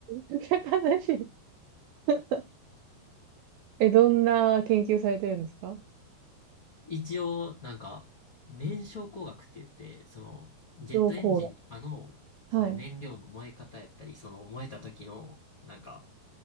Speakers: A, on the right; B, on the left.
A: <laughs> 楽しい。<laughs> え、どんな研究されてるんですか
B: 一応、なんか、燃焼工学って言って、その、ジェットエンジンとかの、
A: 情報が。
B: その燃料の燃え方やったり、
A: はい。
B: その燃えた時の、なんか、